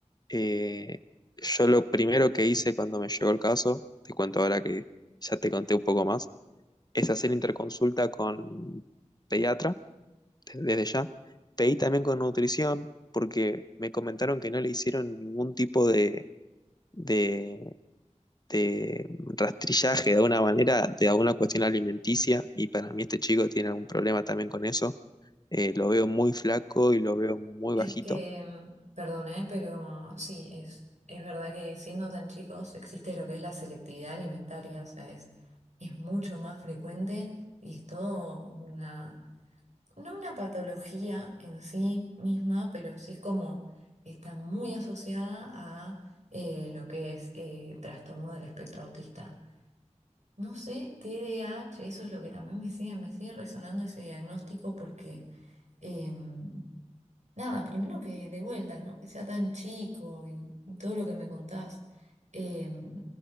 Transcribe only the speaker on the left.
Eh, yo lo primero que hice cuando me llegó el caso, te cuento ahora que ya te conté un poco más, es hacer interconsulta con pediatra, desde ya. Pedí también con nutrición, porque me comentaron que no le hicieron ningún tipo de, de, de rastrillaje de alguna manera de alguna cuestión alimenticia, y para mí este chico tiene algún problema también con eso. Eh, lo veo muy flaco y lo veo muy
bajito.